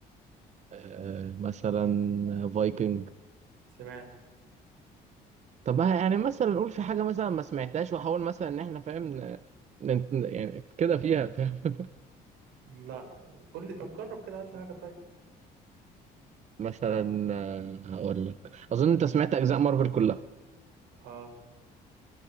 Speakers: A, on the right; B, on the right.
A: آه مثلا آه، فايكنج
B: سمعته
A: طب ما يعني مثلا نقول في حاجه مثلا ما سمعتهاش واحاول مثلا ان احنا فاهم ن- ن- يعني كده فيها فاهم
B: لا قول لي طب جرب كده هات لي حاجة طيب
A: مثلا
B: يعني
A: آه، هقول لك اظن انت سمعت اجزاء مارفل كلها
B: اه